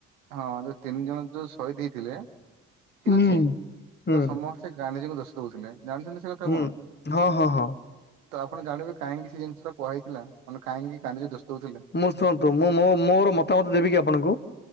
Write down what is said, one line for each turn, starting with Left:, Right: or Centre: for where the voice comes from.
Right: ହଁ ଯୋଉ ତିନି ଜଣ ଯୋଉ ଶହିଦ୍ ହେଇଥିଲେ ଠିକ୍
Left: ହୁଁ।
Right: ଅଛି
Left: ହୁଁ
Right: ତ ସମ ଗାନ୍ଧିଜୀଙ୍କୁ ଦୋଷ ଦଉଥିଲେ ଜାଣିଛନ୍ତି ସେ କଥା
Left: ହୁଁ
Right: ଆପଣ?
Left: ହଁ ହଁ ହଁ।
Right: ତ ଆପଣ ଜାଣିବେ କାହିଁକି ସେ ଜିନିଷଟା କୁହା ହେଇଥିଲା ମାନେ କାହିଁକି କି ଗାନ୍ଧିଜୀ ଦୋଷ ଦଉଥିଲେ।
Left: ମୁଁ ଶୁଣନ୍ତୁ ମୁଁ ମୋ ମୋର ମତାମତ ଦେବି କିି ଆପଣଙ୍କୁ।